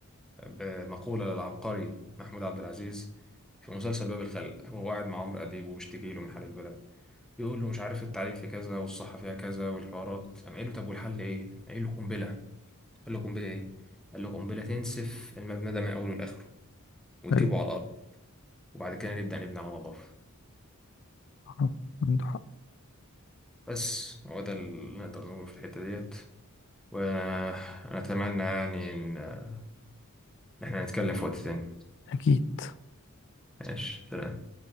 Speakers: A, in the centre; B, on the left.
A: بمقوله للعبقري محمود عبد العزيز في مسلسل باب الخلق هو قاعد مع عمرو اديب وبيشتكي له من حال البلد يقول له مش عارف التعليم في كذا والصحة فيها كذا والحوارات قام قايل له طب والحل ايه؟ قام قايل له قنبلة قال له قنبلة ايه؟ قال له قنبلة تنسف المبنى ده من أوله لآخره وتجيبه
B: حلو.
A: على الأرض وبعد كده نبدأ نبني على نظافة
B: آه، عنده حق
A: بس هو ده اللي نقدر نقوله في الحتة ديت ونتمنى يعني إن إن إحنا نتكلم في وقت تاني
B: اكيد
A: ماشي سلام